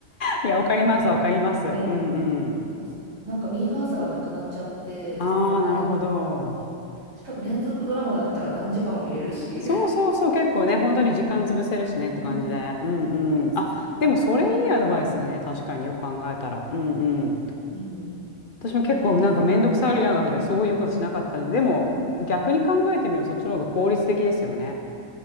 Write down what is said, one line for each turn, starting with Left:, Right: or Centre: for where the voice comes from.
Left: いや、わかります、わかります。うんうん。
Right: はいそうそう <laughs> なんかミーハーさがなくなっちゃって、
Left: ああ、
Right: なんか連
Left: なるほど。
Right: 続しかも連続ドラマだったら何時間も見れるし、
Left: そうそうそう、結構ね、本当に時間潰せるしねって感じで。
Right: うん、
Left: うんうん。あ、でもそれいいアドバイスだね。確かによく考えたら。うんうん。
Right: <laughs> うん
Left: 私も結構なんかめんどくさがりながらでそういうことしなかったので、
Right: で、
Left: でも逆に考えてみるとそっちの方が効率的ですよね。